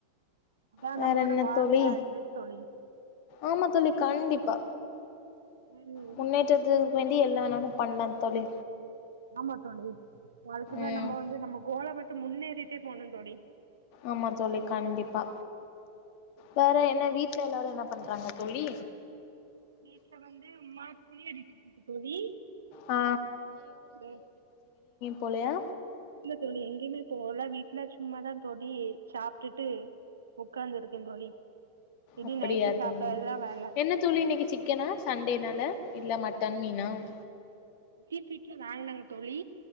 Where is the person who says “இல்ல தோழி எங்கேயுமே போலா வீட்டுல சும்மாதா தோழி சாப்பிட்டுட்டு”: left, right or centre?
Right